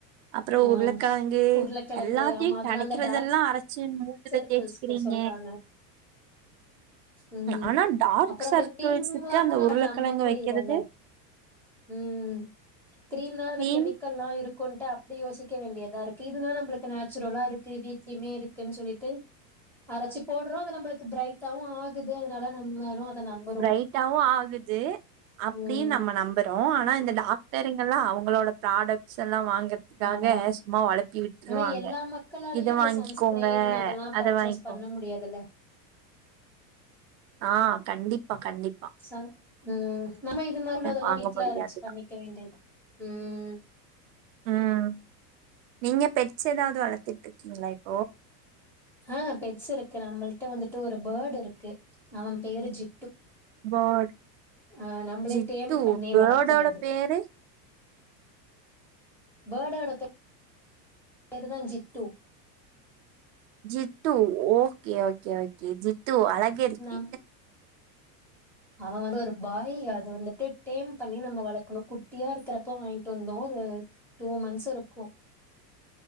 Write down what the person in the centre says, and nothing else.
ஆ
உருளைக்கிழங்கு
ஆமா அதெல்லா
அந்த டார்க்
சர்க்கிள்ஸ்க்கு
சொல்றாங்க ம்
அப்றோ
அந்த டீம்ல்லாம
நம
நம்ப முடியலல்ல
ம் க்ரீம்னா அதுல
கெமிக்கல்லா இருக் ப்டி யோசிக்க வேண்டியதா இருக்கு இதுனா நம்பளுக்கு நேச்சுரலா ருக்கு வீட்லயுமே இருக்குன் சொல்லிட்டு அரச்சு போடுறோ அது நம்பளுக்கு ப்ரைட்டாவு ஆகுது அத்னால நம்மளு அத நம்புறோ
ம்
ஆமா
ஆனா எல்லா மக்களாலயு
அந்த
சன்ஸ்கிரீன் அதெல்லா
பர்ச்சேஸ்
பண்ண முடியாதுல
ச உம் நம்ம இது மாதிரி உள்ளதெல்லாம்
வீட்டுல
அரச்சு பண்ணிக்க வேண்டியத் உம்
ஆஹ் பெட்ஸ் இருக்கு நம்மளிட்ட வந்துட்டு ஒரு பேர்டு இருக்கு அவன் பேரு ஜி
ஆஹ் நம்மளே
டேம் பண்ணே
வளர்க்கறது
பேர்ட்டோட பேர் வேதன Jittu
நம் அவன் வந்து ஒரு பாய் அதை வந்துட்டு டேம் பண்ணி நம்ம வளர்க்கணும் குட்டியா இருக்கிறப்போ வாங்கிட்டு வந்தோம் ஒரு டூ மந்த்ஸ் இருக்கும்